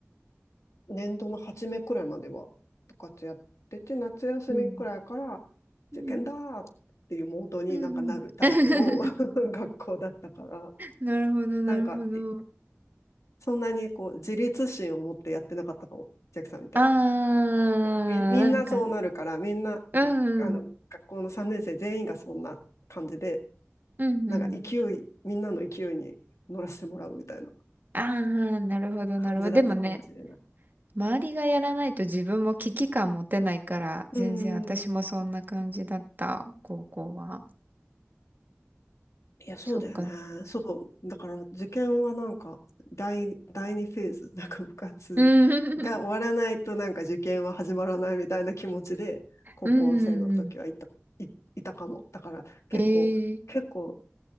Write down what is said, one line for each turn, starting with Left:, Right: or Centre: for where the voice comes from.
Left: 年度の初めくらいまでは部活やってて、夏休みくらいから受験だーっていうモードになんかなるタイプの
Right: うん。うん。うん。<laughs>
Left: <laughs> 学校だったから、
Right: なるほど、なるほど。
Left: なんか、そんなにこう、自立心を持ってやってなかったかも、ジャックさんみたいに。
Right: あー、
Left: もうみ、みんなそうなるから、
Right: なんか、
Left: みんな、
Right: うんうん、
Left: あの、学校の3年生全員がそんな感じで、
Right: うんうん。
Left: なんか勢い、みんなの勢いに乗らせてもらうみたいな
Right: あー、なるほど、
Left: 感じだったかもしれない。
Right: なるほど。でもね、周りがやらないと自分も危機感持てないから、
Left: うんうんうん。
Right: 全然私もそんな感じだった、高校は。
Left: いや、そうだよね。
Right: そっか。
Left: そう。だから、受験はなんか、第、第二フェーズ、<laughs> なんか部活が終わらないと、
Right: うん、
Left: なんか受験は始まらないみたいな気持ちで、高校生の時はいた、
Right: うん、うん。
Left: い、いたかも。だから、結構、
Right: ええ
Left: 結構、